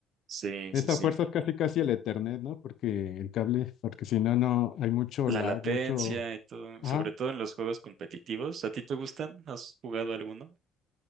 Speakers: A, on the right; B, on the left.
A: Sí,
B: esa
A: sí, sí.
B: fuerza es casi casi el Ethernet, ¿no? Porque el cable, porque si no, no, hay mucho
A: La
B: lag,
A: latencia
B: mucho,
A: y todo,
B: ajá,
A: sobre todo en los juegos competitivos. ¿A ti te gustan? ¿Has jugado alguno?